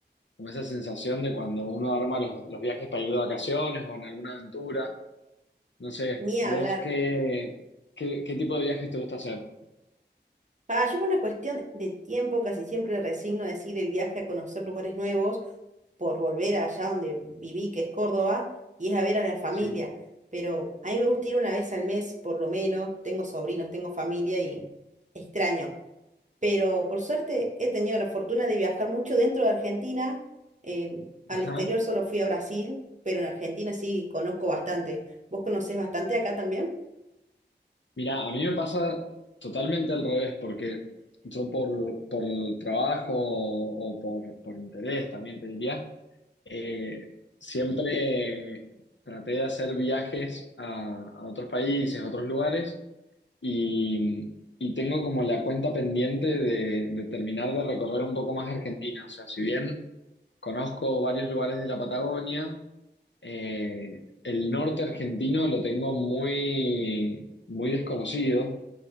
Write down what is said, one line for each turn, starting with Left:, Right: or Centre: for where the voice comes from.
Left: como esa sensación de cuando uno arma los, los viajes para ir de vacaciones o en alguna aventura. No sé,
Right: Ni
Left: ¿vos
Right: hablar.
Left: qué, qué, qué tipo de viajes te gusta hacer?
Right: Pa, yo por una cuestión de tiempo casi siempre resigno a decir el viaje a conocer lugares nuevos por volver allá donde viví, que es Córdoba, y es a ver a la familia.
Left: Sí.
Right: Pero a mí me gusta ir una vez al mes, por lo menos. Tengo sobrinos, tengo familia y extraño. pero por suerte he tenido la fortuna de viajar mucho dentro de Argentina. eh, al
Left: Ajá.
Right: exterior solo fui a Brasil, pero en Argentina sí conozco bastante. ¿Vos conocés bastante acá también?
Left: Mira, a mí me pasa totalmente al revés, porque yo por, por el trabajo o, o por, por interés también te diría, eh, siempre traté de hacer viajes a, a otros países, a otros lugares, y, y tengo como la cuenta pendiente de, de terminar de recorrer un poco más Argentina. O sea, si bien Conozco varios lugares de la Patagonia. Eh, el norte argentino lo tengo muy, muy desconocido.